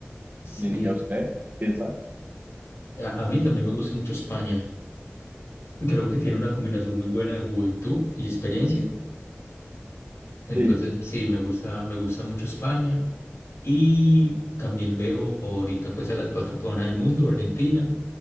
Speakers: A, on the left; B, on the right.
A: sí.
B: ¿Y a usted piensa?
A: A, a mí también me gusta mucho España. Creo que tiene una combinación muy buena de juventud y experiencia Entonces,
B: Sí,
A: sí, me gusta, me gusta mucho España y también veo favorita pues a la actual campeona del mundo, Argentina,